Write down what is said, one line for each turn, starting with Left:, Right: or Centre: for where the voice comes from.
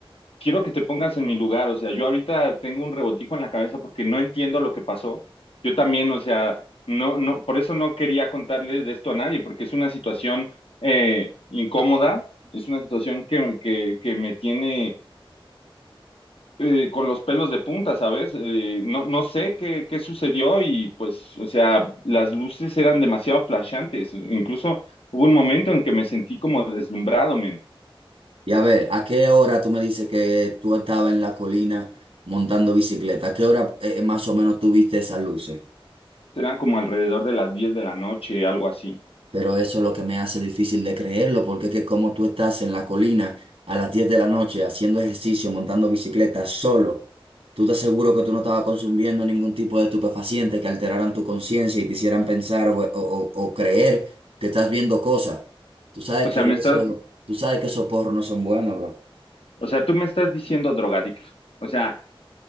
Left: quiero que te pongas en mi lugar, o sea, yo ahorita tengo un revoltijo en la cabeza porque no entiendo lo que pasó. Yo también, o sea, no, no, por eso no quería contarles de esto a nadie, porque es una situación eh, incómoda, es una situación que, que, que me tiene eh, con los pelos de punta, ¿sabes? Eh, no, no sé qué, qué sucedió y pues, o sea, las luces eran demasiado flashantes, incluso hubo un momento en que me sentí como deslumbrado, men.
Right: Y a ver, ¿a qué hora tú me dices que tú estabas en la colina montando bicicleta? ¿A qué hora eh, más o menos tú viste esas luces?
Left: Era como alrededor de las 10 de la noche, algo así.
Right: Pero eso es lo que me hace difícil de creerlo, porque es que como tú estás en la colina a las 10 de la noche haciendo ejercicio, montando bicicleta solo, tú te aseguro que tú no estabas consumiendo ningún tipo de estupefaciente que alteraran tu conciencia y te hicieran pensar o, o- o- o creer que estás viendo cosas. Tú sabes
Left: O
Right: que
Left: sea, me
Right: eso,
Left: estás,
Right: tú sabes que esos porros no son buenos, bro.
Left: O sea, tú me estás diciendo drogadicto. O sea,